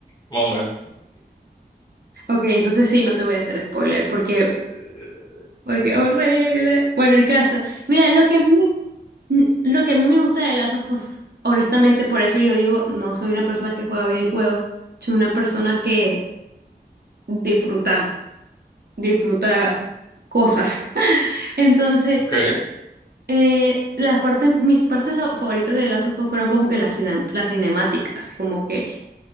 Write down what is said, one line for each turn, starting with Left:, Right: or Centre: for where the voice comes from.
Left: más o menos.
Right: Ok, entonces sí, no te voy a hacer spoiler porque,
Left: Eh,
Right: porque horrible. Bueno, el caso. Mira, lo que a mí, me- lo que a mí me gusta de Last of Us, honestamente, por eso yo digo, no soy una persona que juega videojuegos, soy una persona que disfruta. disfruta cosas. <laughs> Entonces,
Left: ok.
Right: eh, las partes, mis partes a- favoritas de Last of Us fueron como que las, cine- las cinemáticas, como que